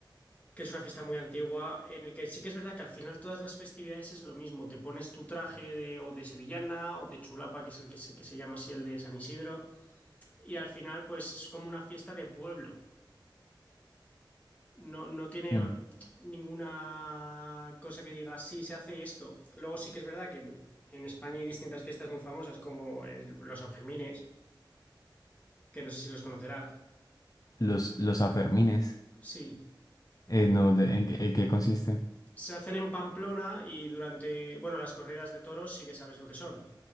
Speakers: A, on the left (about 20°); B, on the left (about 45°).
A: que es una fiesta muy antigua, en el que sí que es verdad que al final todas las festividades es lo mismo. Te pones tu traje de, o de sevillana o de chulapa, que es el que se, que se llama así el de San Isidro, y al final pues es como una fiesta de pueblo. No, no tiene
B: Bueno,
A: um, ninguna cosa que diga, sí, se hace esto. Luego sí que es verdad que en, en España hay distintas fiestas muy famosas como el- los Sanfermines, que no sé si los conocerás.
B: los, los afermines,
A: Sí.
B: eh, no, de- ¿en, qué en qué consiste?
A: Se hacen en Pamplona y durante, bueno, las corridas de toros sí que sabes lo que son.